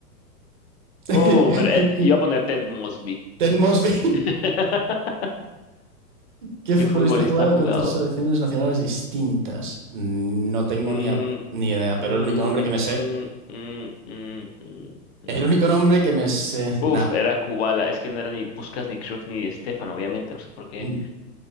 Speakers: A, on the left; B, on the right.
A: Oh,
B: <laughs>
A: pero eh, iba a poner Ted Mosby.
B: Ted Mosby.
A: <laughs>
B: ¿Qué
A: ¿Qué
B: futbolista
A: futbolista
B: ha jugado
A: ha jugado?
B: con tres selecciones nacionales distintas? No tengo
A: Mm,
B: ni, a- ni idea, pero
A: mm,
B: el único nombre que me sé.
A: mm, mm, mm, mm, mm,
B: El único nombre
A: mm.
B: que me sé.
A: Uf,
B: Nah,
A: era Kubala. Es que no era ni Puskas, ni Cruyff, ni Di Stefano, obviamente. No sé por qué.
B: n-